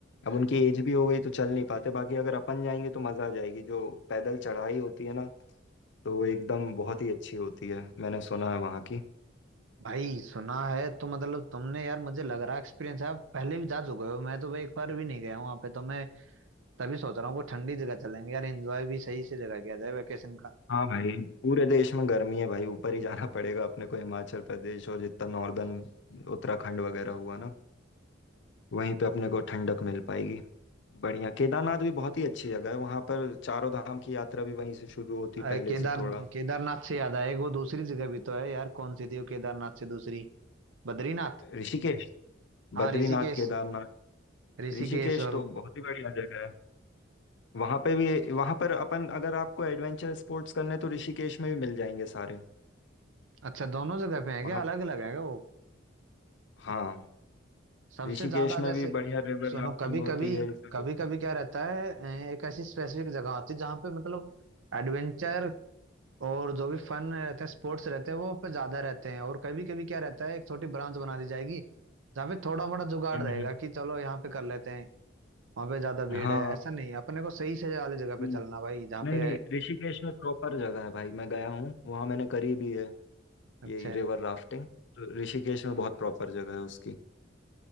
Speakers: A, on the left (about 65°); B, on the right (about 80°).
A: अब उनकी एज भी हो गई तो चल नहीं पाते बाकी अगर अपन जाएंगे तो मज़ा आ जाएगी जो पैदल चढ़ाई होती है ना तो वो एकदम बहुत ही अच्छी होती है मैंने सुना है वहाँ की
B: भाई सुना है तो मतलब तुमने यार मुझे लग रहा है एक्सपीरियंस है आप पहले भी जा चुके हो मैं तो भाई एक बार भी नहीं गया हूँ वहाँ पे तो मैं तभी सोच रहा हूँ कोई ठंडी जगह चलेंगे यार एंजॉय भी सही से जगह किया जाए वेकेशन का
A: हाँ भाई पूरे देश में गर्मी है भाई ऊपर ही जाना पड़ेगा अपने को हिमाचल प्रदेश और जितना नॉर्दर्न उत्तराखंड वगैरह हुआ ना वहीं पे अपने को ठंडक मिल पाएगी बढ़िया केदारनाथ भी बहुत ही अच्छी जगह है वहां पर चारों धाम की यात्रा भी वहीं से शुरू होती है
B: अरे
A: पहले
B: केदार
A: से थोड़ा
B: केदारनाथ से याद आया एक वो दूसरी जगह भी तो है यार कौन सी थी वो केदारनाथ से दूसरी बद्रीनाथ
A: ऋषिकेश
B: हाँ
A: बद्रीनाथ
B: ऋषिकेश
A: केदारनाथ
B: ऋषिकेश
A: ऋषिकेश
B: और
A: तो बहुत ही बढ़िया जगह है वहां पे भी वहां पर अपन अगर आपको एडवेंचर स्पोर्ट्स करने तो ऋषिकेश में भी मिल जाएंगे सारे
B: अच्छा दोनों जगह पे है
A: वहां
B: क्या अलग अलग है क्या वो
A: हाँ
B: सबसे
A: ऋषिकेश
B: ज्यादा
A: में
B: जैसे
A: भी बढ़िया रिवर
B: सुनो
A: राफ्टिंग
B: कभी
A: होती
B: कभी
A: है ये सब
B: कभी
A: होता
B: कभी क्या रहता है अ, एक ऐसी स्पेसिफिक जगह होती है जहाँ पे मतलब एडवेंचर और जो भी फन रहते हैं स्पोर्ट्स रहते हैं वो पे ज्यादा रहते हैं और कभी कभी क्या रहता है एक छोटी ब्रांच बना दी जाएगी जहाँ पे थोड़ा मोड़ा जुगाड़
A: है हम्म,
B: रहेगा
A: हम्म।
B: कि चलो यहाँ पे कर लेते हैं वहाँ पे ज्यादा भीड़
A: हाँ
B: है ऐसा नहीं अपने को सही से वाली जगह पे
A: हम्म,
B: चलना भाई जहाँ
A: नहीं
B: पे
A: नहीं ऋषिकेश में प्रॉपर जगह है भाई मैं गया हूँ वहाँ मैंने करी भी है
B: अच्छा
A: यही
B: है
A: रिवर राफ्टिंग तो ऋषिकेश में बहुत प्रॉपर जगह है उसकी